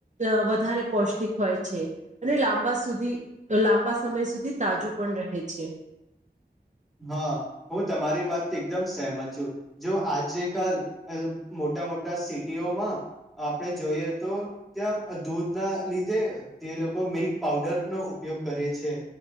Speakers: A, on the right; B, in the centre.
A: અ વધારે પૌષ્ટિક હોય છે અને લાંબા સુધી લાંબા. સમય સુધી તાજું પણ રહે છે.
B: હા હું તમારી વાતથી એકદમ સહેમત છું જો આજે કાલ અહ મો ટા મોટા સિટીઓમાં. આપણે જોઈએ તો ત્યાં દૂધ ના લીધે તે લોકો મિલ્ક પાઉડરનો ઉપ પયોગ કરે છે